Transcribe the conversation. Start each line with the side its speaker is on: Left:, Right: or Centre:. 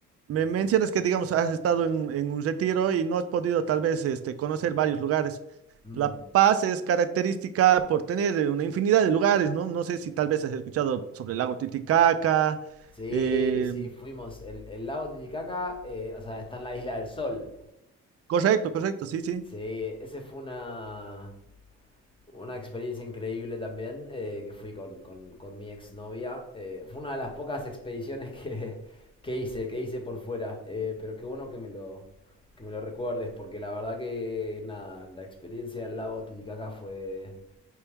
Right: me mencionas que, digamos, has estado en, en un retiro y no has podido tal vez este, conocer varios lugares.
Left: Mm.
Right: La Paz es característica por tener eh, una infinidad de lugares, ¿no? No sé si tal vez has escuchado sobre el lago Titicaca.
Left: Sí,
Right: eh,
Left: sí, fuimos. El, el lago Titicaca, eh, o sea, está en la Isla del Sol.
Right: correcto, correcto, sí, sí.
Left: Sí, ese fue una, una experiencia increíble también, eh, que fui con, con, con mi exnovia. Eh, fue una de las pocas expediciones que, <laughs> que hice, que hice por fuera. Eh, pero qué bueno que me lo, que me lo recuerdes, porque la verdad que nada, la experiencia del lago Titicaca fue,